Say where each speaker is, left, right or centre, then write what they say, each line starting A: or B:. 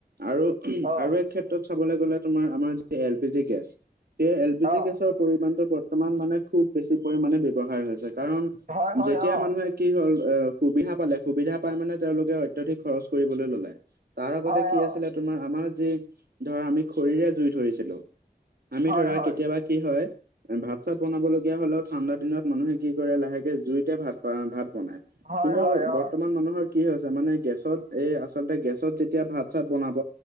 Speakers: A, on the right; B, on the right.
A: আৰু ক্ষেত্ৰত
B: অ
A: চাবলৈ গ'লে তোমাৰ আমাৰ যি এল পি জি গেছ সেই এল পি জি
B: অ
A: গেছৰ পৰিমমানটো বৰ্তমান মানে খুব বেছি পৰিমণে ব্যয়ৱহাৰ হৈছে কাৰণ
B: হয় হয়
A: যেতিয়া
B: অ
A: মানুহে কি হ'ল অ সুবিধা পালে সুবিধা পাই মানে তেওঁলোকে অত্যাধিক খৰচ কৰিবলৈ ললে তাৰ আগতে
B: হয়
A: কি
B: অ
A: আছিলে তোমাৰ আমাৰ যি ধৰা আমি খৰিৰে জুই ধৰিছিলো আমি
B: হয়
A: ধৰা
B: হয়
A: কেতিয়াবা কি হয় ভাত চাত বনাবলগীয়া হলেও ঠাণ্ডা দিনত মানুহে কি কৰে লাহেকে জুইতে ভাত ভাত বনায়
B: হয়
A: কিন্তু
B: হয় অ
A: কিছুমান মানুহৰ কি হৈছে মানে গেছত এই আচলতে গেছত যেতিয়া ভাত চাত বনাব